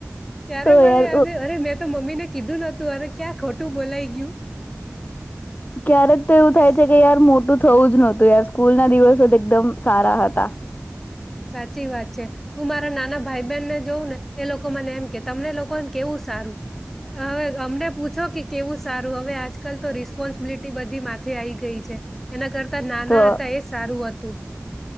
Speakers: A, in the centre; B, on the left.
A: ત્યારે
B: તો
A: મને
B: યાર
A: યાદ અરે મે તો મમ્મી ને કીધું નોતું અરે ક્યાં ખોટું બોલાય ગયું.
B: ક્યારેક તો એવું
A: એ
B: થાય છે કે યાર મોટું થવું જ નહતું યાર સ્કૂલ ના દિવસો એકદમ સારા હતા.
A: સાચી વાત છે હું મારા નાના ભાઈ બહેનને જોઉ ને એ લોકો મને એમ કે તમને લોકોને કેવું સારું હવે અમને પૂછો કે કેવું સારું હવે આજકાલ તો રિસ્પોન્સિબિલિટી બધી મા આવી ગઈ છે એના કરતા નાના
B: તો
A: હતા એ સારું હતું. કત.